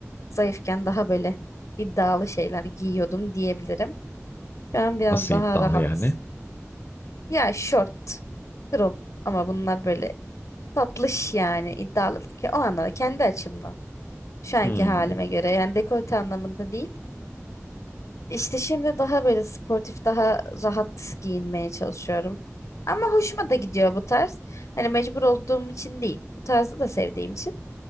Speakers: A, on the left; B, on the left.
A: zayıfken daha böyle iddialı şeyler giyiyordum diyebilirim. Şu an biraz
B: nasıl
A: daha
B: iddialı
A: rahat.
B: yani?
A: Ya şort, crop ama bunlar böyle tatlış yani iddialı değil ki o anlamda kendi açımdan. Şu anki
B: Hmm.
A: halime göre yani dekolte anlamında değil. İşte şimdi daha böyle sportif, daha rahat giyinmeye çalışıyorum. Ama hoşuma da gidiyor bu tarz. Hani mecbur olduğum için değil. Bu tarzı da sevdiğim için.